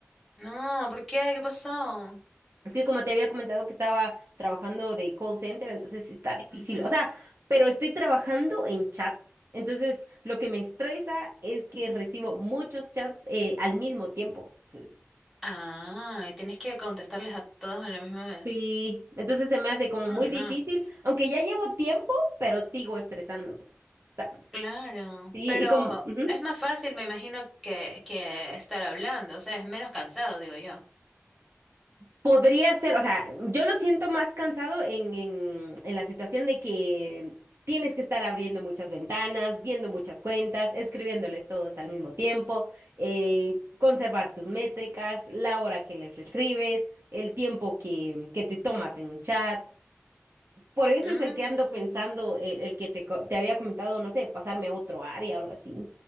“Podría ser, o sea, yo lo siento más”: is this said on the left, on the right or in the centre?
Right